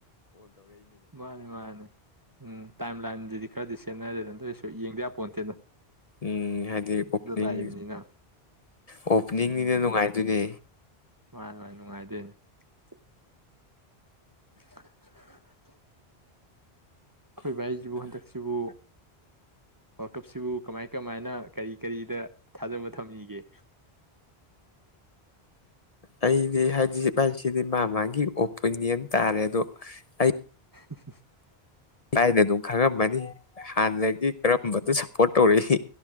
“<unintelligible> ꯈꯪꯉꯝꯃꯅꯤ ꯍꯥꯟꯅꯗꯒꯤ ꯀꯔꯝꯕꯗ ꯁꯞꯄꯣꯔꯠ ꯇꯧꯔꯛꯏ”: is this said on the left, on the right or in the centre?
Left